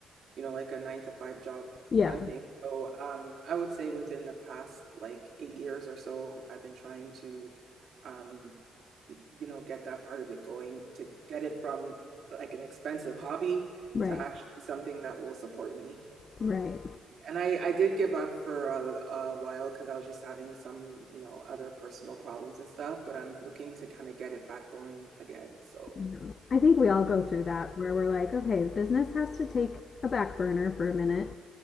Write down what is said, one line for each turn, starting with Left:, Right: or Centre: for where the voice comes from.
Right: you know, like a nine to five job
Left: Yeah,
Right: kind of thing. So um, I would say within the past like eight years or so, I've been trying to, um, you know, get that part of it going to get it from like an expensive hobby
Left: right,
Right: to actually something that will support me.
Left: right.
Right: And I, I did give up for a, a while because I was just having some, you know, other personal problems and stuff, but I'm looking to kind of get it back going again. So,
Left: No. I think we all go through that
Right: yeah,
Left: where we're like, okay, business has to take a back burner for a minute